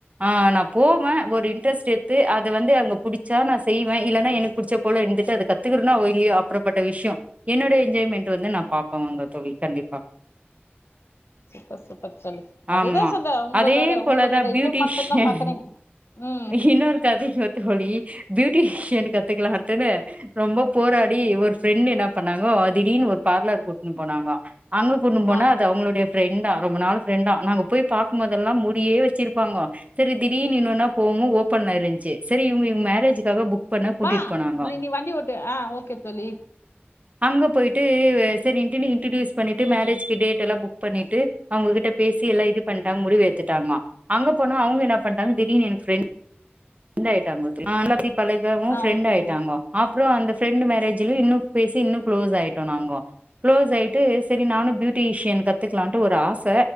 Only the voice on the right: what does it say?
ஆ நா போவேன் ஒரு இன்ட்ரெஸ்ட் எடுத்து அது வந்து அங்க புடிச்சா நா செய்வேன் இல்லனா என புடிச்ச போல இருந்துட்டு அது கத்துருக்கணோ இல்லயோ அப்பறப்பட்ட விஷ்யோ என்னோடைய என்ஜாய்மெண்ட் வந்து நா பாப்பேன் அவுங்க தோழி கண்டிப்பா
ஆமா
அதே போலதா
பியூட்டிஷியன்
இன்னொரு கதைங்கோ தோழி பியூட்டிஷியன் கத்துக்கலாந்தான ரொம்ப போராடி ஒரு ஃப்ரெண்ட் என்ன பண்ணாங்கோ திடீன்னு ஒரு பார்லர் கூட்ன்னு போனாங்கோ அங்க கூட்டுனு போனா
அது அவுங்களுடய ஃப்ரெண்டா ரொம்ப நாள் ஃப்ரெண்டா நாங்க போய் பாக்கும்போதெல்லா மூடியே வெச்சிருப்பாங்கோ செரி திடீர்னு இன்னொனா போவும் ஓப்பன் ஆயிருந்ச்சு செரி இவுங்க இவுங்க மேரேஜக்காக புக் பண்ணா கூட்டிட்டு
போனாங்கோ
அங்க போயிட்டு சரின்ட்டு இன்ட்டியூஸ் பண்ணி ட்டு மேரேஜ்க்கு டேட்டெல்லா புக் பண்ணிட்டு அவுங்ககிட்ட பேசி எல்லா இது பண்ட்டாங்க முடிவு எத்துட்டாங்க அங்க போனா அவுங்க என்ன பண்டாங்க திடீனு என் ஃப்ரெண் ட்டாயிட்டாங்கோ நா எல்லா அப்டி பழகவு
ஃப்ரெண்ட்டு
ஆயிட்டாங்கோ
அப்புறோ அந்த ஃப்ரெண்டு் மேரேஜ்லும் இன்னு பேசி இன்னு க்ளோஸ் ஆயிட்டங்க நாங்கோ க்ளோஸ் ஆயிட்டு சரி நானு பியூட்டீஷியன் கத்துக்கலான்ட்டு ஒரு ஆச